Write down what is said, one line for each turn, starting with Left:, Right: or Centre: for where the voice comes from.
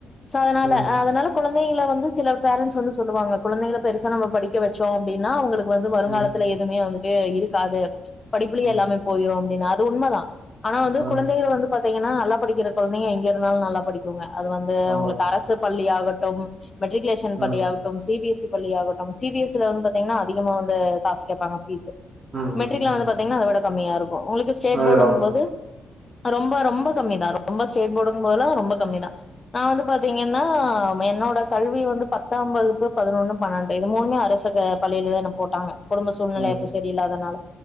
Left: சோ அதனால
Right: ம்
Left: அதனால குழந்தைகள வந்து சில பேரண்ட்ஸ் வந்து சொல்லுவாங்க குழந்தைகள பெருசா நம்ம படிக்க வச்சோ அப்டின்னா அவங்களு க்கு வந்து வருங்காலத்துல
Right: ம்
Left: எதுமே வந்து ட்டு இருக்காது படிப்புல
Right: ம்
Left: எல்லாமே போயிரு அப்டின்னா அது உண்மதா ஆனா வந்து
Right: ம்
Left: குழந்தைகள வந்து பா த்தீங்கன்னா நல்லா படிக்கிற கொழந்தைக எங்க இருந்தாலு நல்லா படிக்குங்க. அது வந்து
Right: ஆமா
Left: உங்களுக்கு அரசு பள்ளியாக ட்டும் மெட்ரிக்குலேஷன்
Right: ம்
Left: பள்ளியாகட்டும் சி பி எஸ் இ பள்ளியாகட்டும் சி பி எஸ் இ ல வந்து பாத்தீங்கன்னா அதிகமா வந்து காசு கேப்பாங்க ஃபீஸு
Right: ம்
Left: மெட்ரிக்ல
Right: ம்
Left: வந்து
Right: ம்
Left: பாத்தீங்கன்னா அத விட கம்மியா இரு க்கு உங்களுக்கு ஸ்டேட்
Right: அதேதா
Left: போர்டுங்கும் போது ஆ ரொம்ப ரொம்ப கம்மிதா ரொம்ப ஸ்டேட் போர்டுங்கும் போதுலா ரொம்ப கம்மிதா. நா வந்து பாத்தீங்கன்னா என்னோட கல்வி வந்து பத்தாம் வகுப்பு பதனொன்னு பன்னெண்டு இது மூணுமே அரசு க பள்ளியிலதா என்ன போட்டாங்க. குடும்ப சூழ்நிலை
Right: ம்
Left: அப்ப சரியில்லாதனால